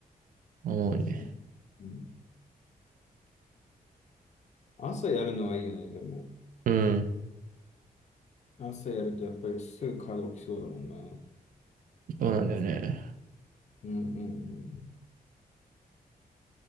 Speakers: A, on the right; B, on the left.
A: 思うね。
B: うん。うん朝やるのはいいよね、でも。
A: うん、
B: 朝やるとやっぱりすぐ体起きそうだもんな。うん
A: そうなんだよね。
B: うんうん。